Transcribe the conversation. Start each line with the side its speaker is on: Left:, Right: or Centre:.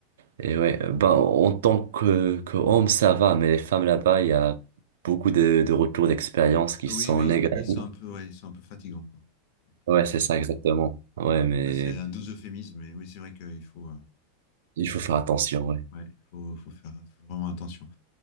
Right: et ouais, ben, en tant que, que homme, ça va, mais les femmes là-bas, il y a beaucoup de, de retours d'expérience qui
Left: Ah
Right: sont
Left: oui, oui,
Right: négatifs.
Left: oui, ils sont un peu, ouais, ils sont un peu fatigants. quoi. Donc,
Right: Ouais,
Left: euh,
Right: c'est ça, exactement. Ouais,
Left: Oui.
Right: mais
Left: bah, c'est un doux euphémisme, mais oui, c'est vrai qu'il faut, euh,
Right: il faut faire attention, ouais.
Left: ouais, il faut, faut faire faut vraiment attention.